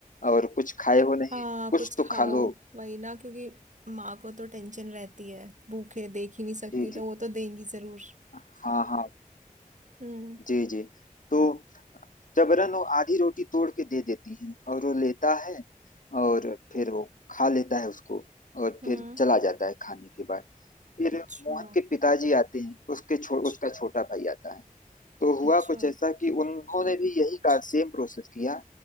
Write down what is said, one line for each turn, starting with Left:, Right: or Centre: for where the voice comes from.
Left: और कुछ खाए हो नहीं
Right: हाँ
Left: कुछ
Right: कुछ
Left: तो
Right: खाओ
Left: खा लो
Right: वही ना क्योंकि माँ को तो टेंशन रहती है भूखे देख ही नहीं सकती
Left: जी
Right: तो
Left: जी
Right: वो तो देंगी जरूर
Left: हाँ हाँ
Right: हम्म
Left: जी जी तो जबरन वो आधी रोटी तोड़ के दे देती है और वो लेता है और फिर वो खा लेता है उसको और
Right: हम्म
Left: फिर चला जाता है खाने के बाद फिर
Right: अच्छा
Left: मोहन के पिताजी आते हैं उसके छो, उसका छोटा भाई आता है तो हुआ
Right: अच्छा
Left: कुछ ऐसा कि उन्होंने भी यही का सेम प्रोसेस किया